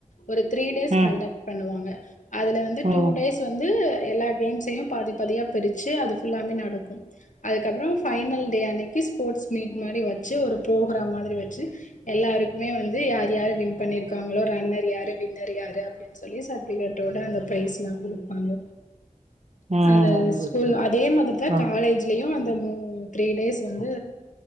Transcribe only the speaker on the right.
ம்,
ம்,
ம்.
ஓகே,
ஓகே.
ஆ,